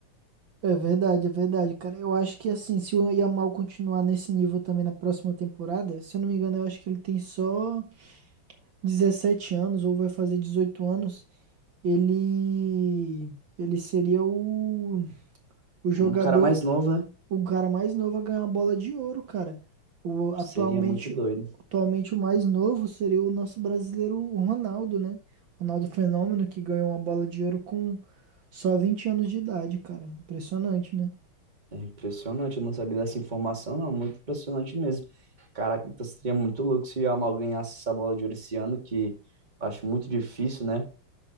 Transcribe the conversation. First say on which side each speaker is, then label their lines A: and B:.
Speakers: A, on the right; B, on the right.
A: É verdade, é verdade, cara. Eu acho que assim, se o Yamal continuar nesse nível também na próxima temporada, se eu não me engano, eu acho que ele tem só 17 anos ou vai fazer 18 anos. Ele ele seria o, o jogador,
B: Um cara mais novo, né?
A: o cara mais novo a ganhar a bola de ouro, cara. O, atualmente,
B: Seria muito doido.
A: atualmente o mais novo seria o nosso brasileiro o Ronaldo, né? Ronaldo Fenômeno que ganhou uma bola de ouro com só 20 anos de idade, cara. Impressionante, né?
B: É impressionante. Eu não sabia dessa informação, não. Muito impressionante mesmo. Caraca, então seria muito louco se o Yamal ganhasse essa bola de ouro esse ano, que eu acho muito difícil, né?